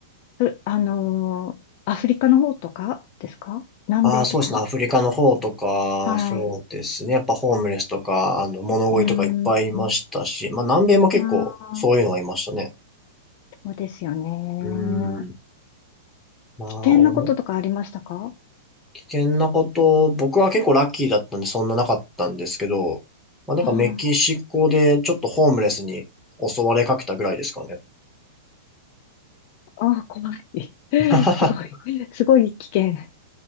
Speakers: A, on the left; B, in the centre.
A: ああ、うあのーアフリカの方とかですか南米とか
B: ああ、そうですね。アフリカの方とか、
A: はい。
B: そうですね。やっぱホームレスとか、あの、物乞いとかいっぱいいましたし、
A: うーん。
B: まあ南米も結構そういうのはいましたね。
A: ああ、そうですよね。
B: うーん。まあ、
A: 危険なこととかありましたか
B: 思危険なこと、僕は結構ラッキーだったんでそんななかったんですけど、まあなんかメキシコでちょっとホームレスに襲われかけたぐらいですかね。
A: ああ、ああ、怖い。<laughs>
B: <laughs>
A: すごい。すごい危険。